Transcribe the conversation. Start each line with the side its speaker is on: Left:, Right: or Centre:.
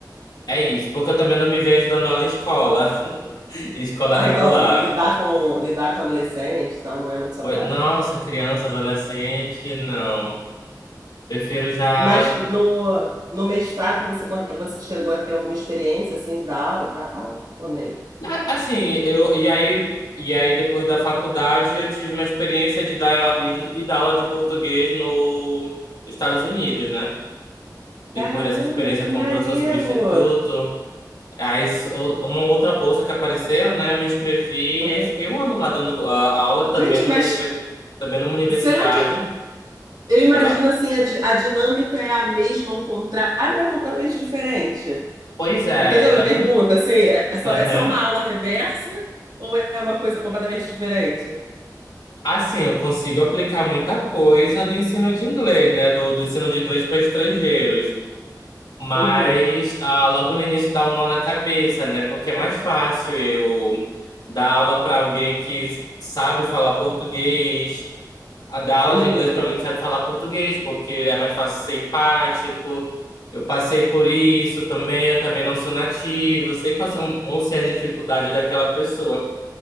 Left: É isso, porque eu também não me vejo dando aula em escola, <laughs> em escola
Right: Ah,
Left: regular.
Right: não. Lidar com, lidar com adolescentes, e tal, não é muito sua
Left: Oi,
Right: praia.
Left: Nossa, criança, adolescente, não. Prefiro já.
Right: Mas no, no mestrado, você, quando você chegou a ter alguma experiência assim de dar aula, tal, ou nem?
Left: A- Assim, eu. E aí, e aí depois da faculdade, eu tive uma experiência de dar, ir, ir dar aula de português no, nos Estados Unidos, né? Depois
Right: Caramba,
Left: dessa experiência
Right: que
Left: como
Right: maneiro!
Left: professor substituto. Aí, s- o- uma outra bolsa que apareceu, né? Eu me inscrevi
Right: Uhum.
Left: e aí fiquei um ano lá dando a, a aula também
Right: Gente,
Left: numa,
Right: mas
Left: univer, também numa universidade.
Right: será que eu imagino
Left: Diga lá.
Right: assim, a, di- a dinâmica é a mesma ao contrário ou é completamente diferente?
Left: Pois é,
Right: Entendeu a
Left: dá
Right: minha pergunta?
Left: pra.
Right: Assim, é só,
Left: <laughs>
Right: é só uma aula reversa ou é uma coisa completamente diferente?
Left: Assim, eu consigo aplicar muita coisa do ensino de inglês, né? Do, do ensino de inglês para estrangeiros. Mas
Right: Uhum,
Left: ah, logo no início dá um nó na cabeça, né? Porque é mais fácil eu dar aula para alguém que sabe falar português, a dar aula
Right: uhum.
Left: de inglês para alguém que sabe falar português, porque é mais fácil ser empático. Eu passei por isso também, eu também não sou nativo, eu sei quais são, vão ser as dificuldades daquela pessoa.